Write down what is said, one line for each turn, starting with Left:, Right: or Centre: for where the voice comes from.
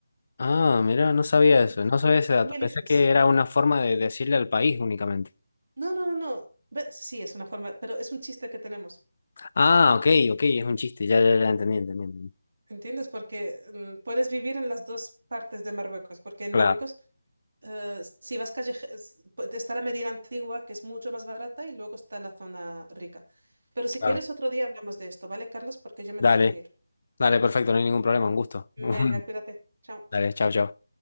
Left: Ah, mira, no sabía eso,
Right: Y tú,
Left: no sabía ese
Right: y
Left: dato.
Right: tú eliges.
Left: Pensé que era una forma de decirle al país únicamente.
Right: No, no, no, no. Ve- Sí, es una forma, pero es un chiste que tenemos.
Left: Ah, ok, ok, es un chiste, ya, ya, ya entendí, entendí, entendí.
Right: ¿Entiendes? Porque mm, puedes vivir en las dos partes de Marruecos, porque en
Left: Claro,
Right: Marruecos, eh, si vas calle, está la Medina Antigua, que es mucho más barata, y luego está la zona rica. Pero si
Left: claro.
Right: quieres, otro día hablamos de esto, ¿vale, Carlos? Porque yo me
Left: Dale,
Right: tengo que ir.
Left: dale, perfecto, no hay ningún problema, un gusto.
Right: Venga,
Left: <laughs>
Right: cuídate. Chao.
Left: Dale, chao, chao.